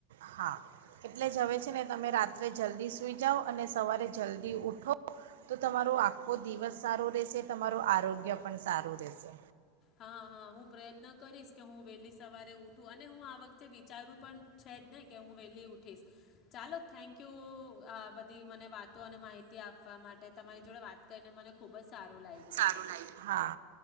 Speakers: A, on the right; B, on the left.
A: હા એટલે જવે છે ને તમે રાત્ર જલ્દી સુઈ જાઓ અને સવારે જલ્દી ઉઠો તો તમારો આખો દિવસ સારો રહેશે તમારું આરોગ્ય પણ સારું રહેશે
B: હા હા હું પ્રયત્ન કરીશ કે હું વહેલી સવારે ઉઠું અને હું આ વખતે વિચારવું પણ છેજ ને કે હું વહેલી ઊઠીશ ચાલો થેન્ક યુ આ બધી મને વાતો અને માહિતી આપવા માટે તમારી જોડે વાત કરીને મને ખૂબ જ સારું લાગ્યું
A: સારું લાગ્યુ હા